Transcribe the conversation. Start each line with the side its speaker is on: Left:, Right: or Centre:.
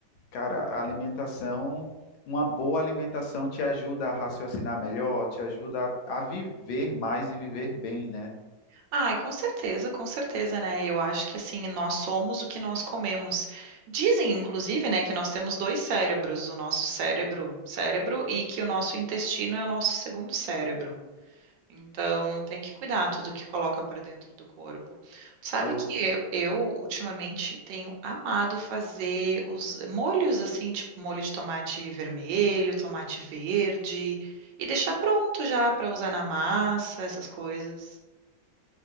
Left: Cara, a alimentação, uma boa alimentação te ajuda a raciocinar melhor, te ajuda a, a viver mais e viver bem, né?
Right: Ai, com certeza, com certeza, né? Eu acho que assim, nós somos o que nós comemos. Dizem, inclusive, né, que nós temos dois cérebros, o nosso cérebro, cérebro, e que o nosso intestino é o nosso segundo cérebro. Então, tem que cuidar tudo que coloca para dentro do corpo. Sabe
Left: Eu,
Right: que eu, eu ultimamente tenho amado fazer os molhos assim, tipo molho de tomate vermelho, tomate verde, e deixar pronto já para usar na massa, essas coisas.